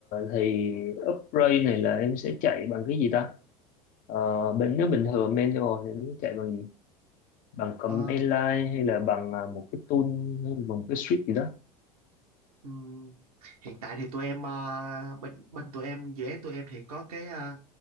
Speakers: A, on the left (about 40°); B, on the right (about 65°).
A: thì upgrade này là em sẽ chạy bằng cái gì ta? Ờ, bên nếu bình thường manual thì em sẽ chạy bằng gì? Bằng command
B: Ờ,
A: line hay là bằng ờ, một cái tool hay là bằng một cái script gì đó?
B: ừm, hiện tại thì tụi em ờ, bên bên tụi em dự án tụi em thì có cái ờ,